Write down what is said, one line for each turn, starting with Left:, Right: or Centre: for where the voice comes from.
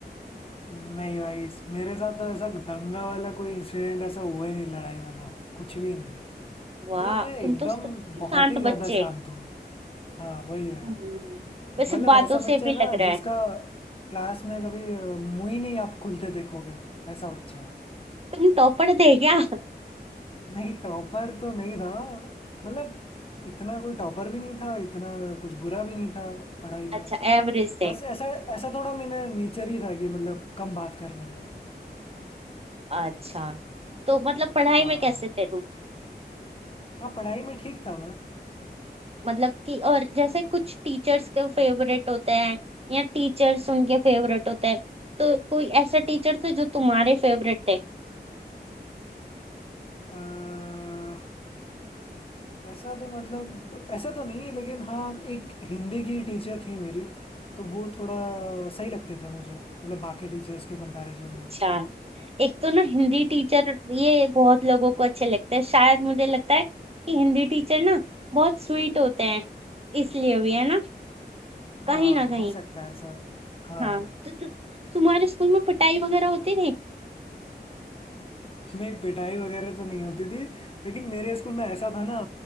Left: नहीं भाई इस- मेरे साथ तो ऐसा दंगा वाला कोई इंसिडेंट ऐसा हुआ ही नहीं लड़ाई वाला कुछ भी नहीं
Right: वाह
Left: मतलब मैं एकदम
Right: तुम तो सच्ची शांत
Left: बहुत ही ज्यादा
Right: बच्चे
Left: शांत हूँ हाँ वही है
Right: हम्म, वैसे
Left: मतलब
Right: बातों
Left: ऐसा बच्चा
Right: से भी
Left: है ना
Right: लग रहा
Left: जिसका
Right: है
Left: क्लास में कभी अ, मुंह ही नहीं आप खुलते देखोगे ऐसा बच्चा
Right: तुम टॉपर थे क्या
Left: नहीं टॉपर तो नहीं था मतलब इतना कोई टॉपर भी नहीं था इतना कुछ बुरा भी नहीं था पढ़ाई
Right: अच्छा
Left: में
Right: एवरेज थे
Left: बस ऐसा ऐसा थोड़ा मेरा नेचर ही था कि मतलब कम बात करने का
Right: अच्छा तो मतलब पढ़ाई
Left: हाँ
Right: में कैसे थे तुम
Left: हाँ पढ़ाई में ठीक था मैं
Right: मतलब कि और जैसे कुछ टीचर्स के फेवरेट होते हैं या टीचर्स उनके फेवरेट होते हैं तो कोई ऐसा टीचर थे जो तुम्हारे फेवरेट थे
Left: अह, ऐसा तो मतलब ऐसा तो नहीं है लेकिन हाँ एक हिंदी की टीचर थी मेरी तो वो थोड़ा सही लगते थे मुझे मतलब बाकी टीचर्स के कंपैरिजन
Right: अच्छा
Left: में
Right: एक तो ना हिंदी टीचर ये बहुत लोगों को अच्छे लगते हैं शायद मुझे लगता है कि हिंदी टीचर ना बहुत स्वीट होते हैं इसलिए भी है ना
Left: हाँ
Right: कहीं ना कहीं
Left: हो सकता है ऐसा हाँ
Right: हाँ तो तु, तुम्हारे स्कूल में पिटाई वगैरह होती थी
Left: नहीं पिटाई वगैरह तो नहीं होती थी लेकिन मेरे स्कूल में ऐसा था ना